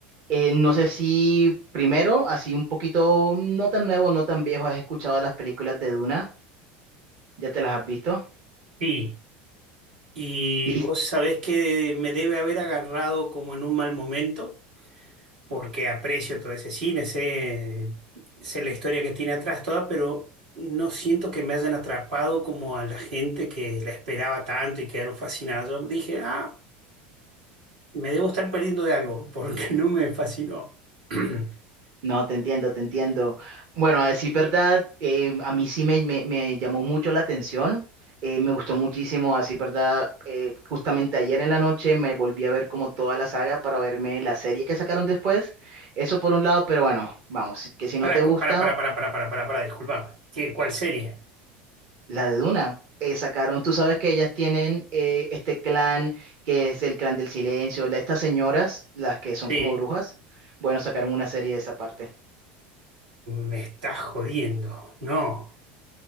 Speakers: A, on the right; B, on the right.
A: eh, no sé si primero, así un poquito, no tan nuevo, no tan viejo, has escuchado de las películas de Duna, ¿ya te las has visto?
B: Sí. Y
A: Listo.
B: vos sabés que me debe haber agarrado como en un mal momento porque aprecio todo ese cine, sé, sé la historia que tiene atrás toda, pero no siento que me hayan atrapado como a la gente que la esperaba tanto y quedaron fascinados. Yo dije, ah, me debo estar perdiendo de algo, porque <laughs> no me fascinó. <clears throat>
A: No, te entiendo, te entiendo. Bueno, a decir verdad, eh, a mí sí me, me- me llamó mucho la atención. eh, me gustó muchísimo, a decir verdad. eh, justamente ayer en la noche me volví a ver como toda la saga para verme la serie que sacaron después. Eso por un lado, pero bueno, vamos, que si
B: Para,
A: no te gusta,
B: para, para, para, para, para, para, para, disculpame. ¿Qué- cuál serie?
A: la de Duna. eh, sacaron, tú sabes que ellas tienen eh, este clan que es el clan del silencio, la- estas señoras, las que son
B: Sí,
A: como brujas, bueno, sacaron una serie de esa parte.
B: me está jodiendo. No.